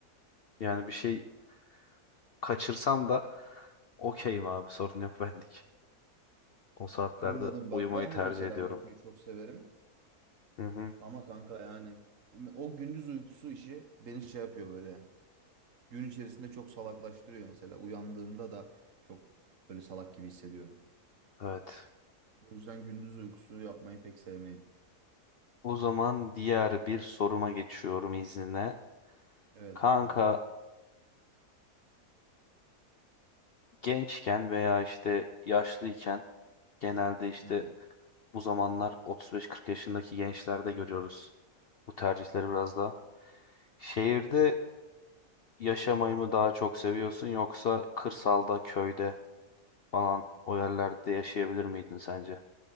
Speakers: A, on the left; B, on the right.
A: Yani bir şey kaçırsam da okeyim abi sorun yok bendik. O saatlerde
B: Anladım
A: uyumayı
B: bak ben
A: tercih
B: de mesela
A: ediyorum.
B: uykuyu çok severim.
A: Hı hı.
B: Ama kanka yani o gündüz uykusu işi beni şey yapıyor böyle. Gün içerisinde çok salaklaştırıyor mesela. Uyandığımda da çok böyle salak gibi hissediyorum.
A: Evet.
B: O yüzden gündüz uykusu yapmayı pek sevmeyim.
A: O zaman diğer bir soruma geçiyorum izninle.
B: Evet
A: Kanka
B: abi buyur.
A: gençken veya işte yaşlıyken genelde işte
B: Hı hı.
A: bu zamanlar 35-40 yaşındaki gençlerde görüyoruz. Bu tercihleri biraz da. Şehirde yaşamayı mı daha çok seviyorsun yoksa kırsalda, köyde falan o yerlerde yaşayabilir miydin sence?